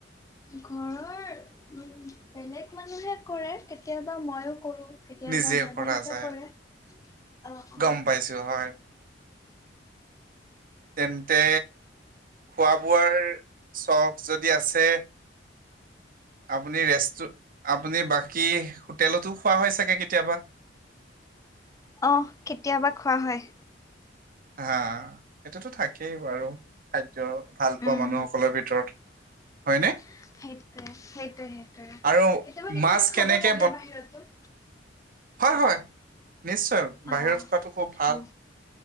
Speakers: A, on the left; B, on the right.
A: ঘৰৰ, উ'ম, বেলেগ মানুহে কৰে। কেতিয়াবা, মইওঁ কৰোঁ। কেতিয়াবা
B: নিজে
A: দাদাহঁতে
B: কৰা যায়।
A: কৰে। অ',
B: গম
A: অ'।
B: পাইছো হয়। তেন্তে খোৱা-বোৱাৰ চখ যদি আছে আপুনি ৰেষ্টু আপুনি, বাকী, হোটেলতো খোৱা হয়, চাগে, কেতিয়াবা।
A: অ'হ, কেতিয়াবা খোৱা হয়।
B: হা, সেইটোতো থাকেই বাৰু, খাদ্য ভাল পোৱা
A: উম
B: মানুহসকলৰ ভিতৰত, হয়নে?
A: সেইটোৱেই, সেইটোৱেই, সেইটোৱেই।
B: আৰু
A: কেতিয়াবা-কেতিয়াবা
B: মাছ কেনেকে
A: খাব লাগে, বাহিৰতো
B: হয়-হয়। নিশ্চয়, বাহিৰত
A: অ
B: খোৱাটো খুব ভাল
A: অ